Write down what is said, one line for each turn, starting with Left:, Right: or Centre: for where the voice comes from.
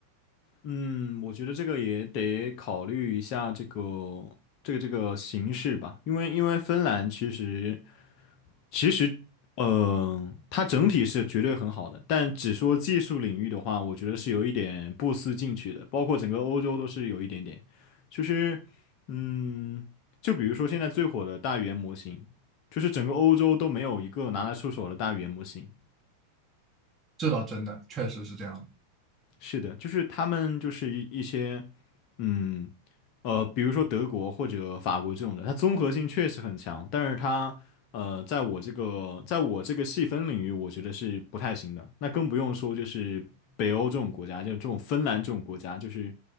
Left: 嗯，我觉得这个也得考虑一下这个这个这个形式吧，因为因为芬兰其实其实，呃，它整体是绝对很好的，但只说技术领域的话，我觉得是有一点不思进取的，包括整个欧洲都是有一点点，就是，嗯，就比如说现在最火的大语言模型，就是整个欧洲都没有一个拿得出手的大语言模型。
Right: 这倒真的确实是这样的，
Left: 是的，就是他们就是一一些，嗯，呃，比如说德国或者法国这种的，它综合性确实很强，但是它，呃，在我这个在我这个细分领域，我觉得是不太行的。那更不用说就是北欧这种国家，就这种芬兰这种国家，就是